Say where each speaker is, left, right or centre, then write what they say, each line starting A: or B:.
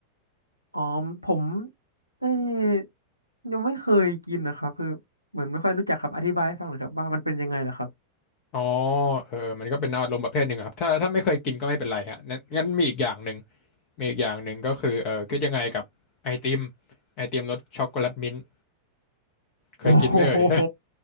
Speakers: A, on the left (about 90°); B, on the left (about 40°).
A: อ๋อผมเอ้ยยังไม่เคยกินนะครับคือเหมือนไม่ค่อยรู้จักครับอธิบายให้ฟังหน่อยครับว่ามันเป็นยังไงเหรอครับ
B: อ๋อเออมันก็เป็นอารมณ์ประเภทหนึ่งอะครับถ้าถ้าไม่เคยกินก็ไม่เป็นไรฮะงั้นงั้นมีอีกอย่างหนึ่งมีอีกอย่างหนึ่งก็คือเออคิดยังไงกับไอติมไอติมรสช็อกโกแลตมิ้นท์เคยกินไหมเอ่ย
A: โอ้โห